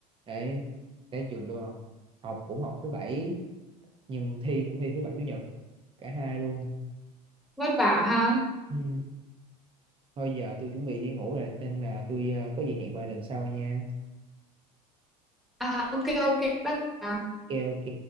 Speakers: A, on the right; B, in the centre.
A: Đấy, cái trường tôi không. Học cũng học thứ bảy nhưng thi cũng thi thứ bảy chủ nhật cả hai luôn.
B: vất vả ha
A: Ừ. Thôi giờ tôi chuẩn bị đi ngủ rồi nên là tôi ờ, có gì hẹn bà lần sau nha.
B: à ok ok vất vả
A: Ok ok.